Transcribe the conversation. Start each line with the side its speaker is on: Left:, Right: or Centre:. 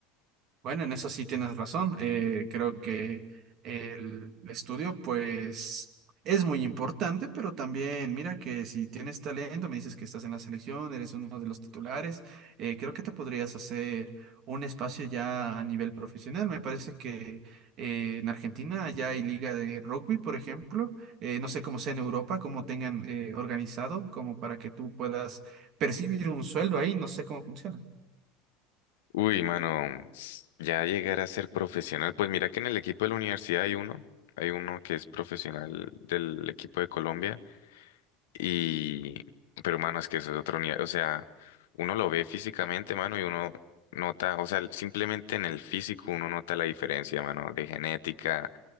Right: Bueno, en eso sí tienes razón. Eh, creo que el estudio, pues, es muy importante, pero también mira que si tienes talento, me dices que estás en la selección, eres uno de los titulares, eh, creo que te podrías hacer un espacio ya a nivel profesional. Me parece que eh, en Argentina ya hay liga de rugby, por ejemplo. Eh, no sé cómo sea en Europa, cómo tengan eh, organizado, como para que tú puedas percibir un sueldo ahí. No sé cómo funciona.
Left: Uy, mano, ya llegar a ser profesional. Pues mira que en el equipo de la universidad hay uno, hay uno que es profesional del equipo de Colombia y, pero mano, es que eso es otro nivel, o sea, uno lo ve físicamente, mano, y uno nota, o sea, simplemente en el físico uno nota la diferencia, mano, de genética,